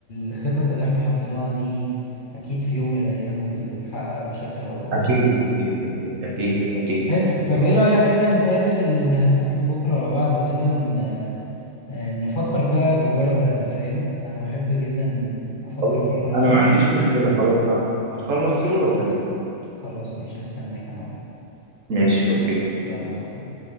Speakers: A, on the left; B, on the right.
A: الخطط اللي احنا حطيناها دي اكيد في يوم من الايام ممكن تتحقق بشكل او باخر
B: اكيد
A: يعني.
B: اكيد اكيد اكيد اكيد
A: حلو
B: اكيد
A: طب ايه رأيك كده نتقابل ممكن بكرة ولا بعده كده ن- آه، نفكر بقى بالورقة والقلم فاهم انا بحب جدا افكر
B: خلاص.
A: في الورقة والقلم
B: انا ما عنديش مشكلة خلاص ه- هخلص شغل واكلمك
A: خلاص ماشي هستناك يا معلم
B: ماشي اوكي
A: يلا يا معلم